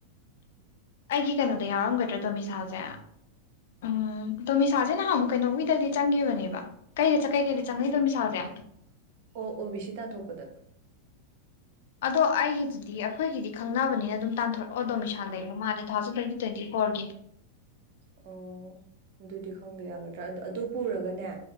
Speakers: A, on the left (about 55°); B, on the right (about 50°).
A: ꯑꯩꯒꯤ ꯀꯩꯅꯣꯗ ꯌꯥꯎꯔꯝꯒꯗ꯭ꯔꯗꯣ ꯗꯣꯃꯤꯁꯥꯏꯜꯁꯦ ꯎꯝ ꯗꯣꯃꯤꯁꯥꯏꯜꯁꯦ ꯅꯍꯥꯟꯃꯨꯛ ꯀꯩꯅꯣꯝꯒꯤꯗꯗꯤ ꯆꯪꯈꯤꯕꯅꯦꯕ ꯀꯩꯗ ꯆꯀꯩ ꯀꯩꯗ ꯆꯪꯅꯩ ꯗꯣꯃꯤꯁꯥꯏꯜꯁꯦ
B: ꯑꯣ ꯑꯣ ꯕꯤ ꯁꯤ ꯇꯥꯟꯊꯣꯛꯄꯗ
A: ꯑꯗꯣ ꯑꯩꯒꯤꯗꯨꯗꯤ ꯑꯩꯈꯣꯏꯒꯤꯗꯤ ꯈꯪꯅꯕꯅꯤꯅ ꯑꯗꯨꯝ ꯇꯥꯟꯊꯣꯔꯛꯑꯣ ꯗꯣꯃꯤꯁꯥꯏꯜ ꯂꯩꯕ ꯃꯥꯜꯂꯦ ꯇꯨ ꯊꯥꯎꯖꯟ ꯇ꯭ꯋꯦꯟꯇꯤ ꯇ꯭ꯋꯦꯟꯇꯤ ꯐꯣꯔꯒꯤ
B: ꯑꯣ ꯑꯗꯨꯗꯤ ꯈꯪꯗꯦ ꯌꯥꯒꯗ꯭ꯔꯥ ꯑꯗꯨ ꯄꯨꯔꯒꯅꯦ